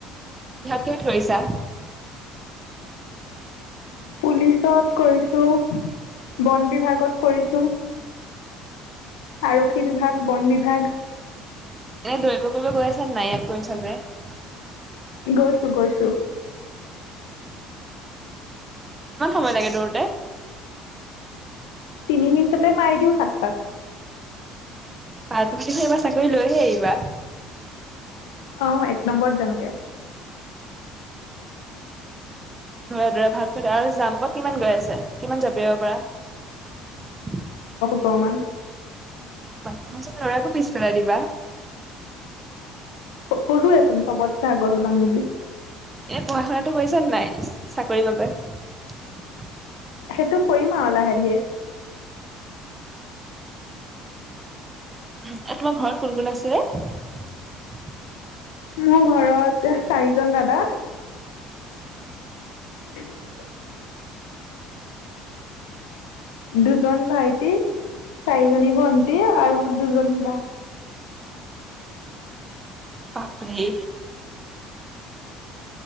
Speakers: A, on the right (about 25°); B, on the left (about 70°).
A: কিহত কিহত কৰিছা।
B: পুলিচত কৰিছো বন বিভাগত কৰিছো। আৰক্ষী বিভাগ বন বিভাগ।
A: এনে দৰিব কৰিব গৈ আছ নাই ইয়াক কৰিছ যে। <unintelligible>
B: গৈছো গৈছো।
A: কিমান সময় লাগে দৌৰোতে।
B: তিনি মিনিটতে মাৰি দিওঁ সাত পাক।
A: প তুমিহ এইবাৰ চাকৰি লৈহে আহিবা।
B: অ এক নম্বৰত যামগে।
A: দোৰা দোৰা ভালকৈ আৰু জাম্পত কিমান গৈ আছে। কিমান জপিয়াব পাৰা।
B: প্ৰমান।
A: লৰাকো পিছ পেলাই দিবা।
B: ক'লোৱে চোন চবত চাই আগত ওলাম বুলি।
A: এনে পঢ়া শুনাটো কৰিছ নাই চাকৰি বাকৰি।
B: সেইটো কৰিম আৰু লাহে ধিৰে
A: এ তোমাৰ ঘৰত কোন কোন আছে?
B: মোৰ ঘৰত চাৰিজন দাদা, <unintelligible> দুজন ভাইটি, চাৰিজনী ভন্টি আৰু দুজনী বা।
A: বাপৰে।